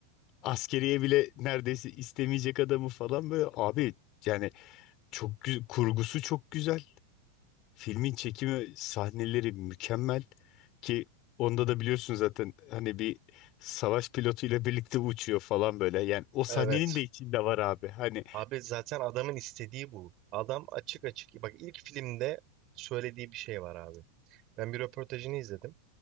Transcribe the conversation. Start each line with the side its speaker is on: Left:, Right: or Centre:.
Left: askeriye bile neredeyse istemeyecek adamı falan böyle. Abi yani çok gü- kurgusu çok güzel. Filmin çekimi sahneleri mükemmel ki onda da biliyorsun zaten hani bir savaş pilotuyla birlikte uçuyor falan böyle. Yani o sahnenin
Right: Evet.
Left: de içinde var abi. Hani
Right: Abi zaten adamın istediği bu. Adam açık açık. Bak ilk filmde söylediği bir şey var abi. Ben bir röportajını izledim.